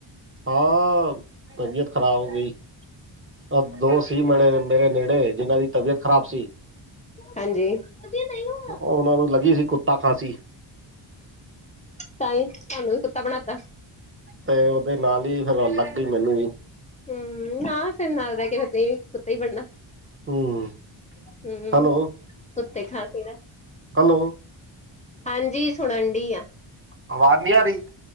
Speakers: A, on the right; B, on the left.
A: ਹਾਂ ਤਬੀਅਤ ਖ਼ਰਾਬ ਹੋ ਗਈ। ਆ ਦੋ ਸੀ ਮੇੜੇ ਮੇਰੇ ਨੇੜੇ ਜਿਨਾਂ ਦੀ ਤਬੀਅਤ ਖ਼ਰਾਬ ਸੀ।
B: ਹਾਂਜੀ। ਨਈ <inaudible>
A: ਓਨਾ ਨੂੰ ਲੱਗੀ ਸੀ ਕੁੱਤਾ ਖਾਸੀ।
B: ਤਾਂਈ ਤੁਹਾਨੂੰ ਵੀ ਕੁੱਤਾ ਬਣਾ ਤਾ।
A: ਤੇ ਓਦੇ ਨਾਲ ਈ ਫਿਰ ਲੱਗ ਗਈ ਮੈਨੂੰ ਵੀ।
B: ਹੂੰ ਹਾਂ ਫੇਰ ਨਾਲ ਰੈ ਕੇ ਫੇਰ ਤੇ ਕੁੱਤਾ ਈ ਬਣਨਾ।
A: ਹੂੰ
B: ਹੂੰ
A: ਹੈਲੋ
B: ਕੁੱਤੇ ਖਾਂਸੀ ਦਾ।
A: ਹੈਲੋ।
B: ਹਾਂਜੀ ਸੁਣਨ ਡਈ ਆ।
A: ਆਵਾਜ਼ ਨੀ ਆਰੀ।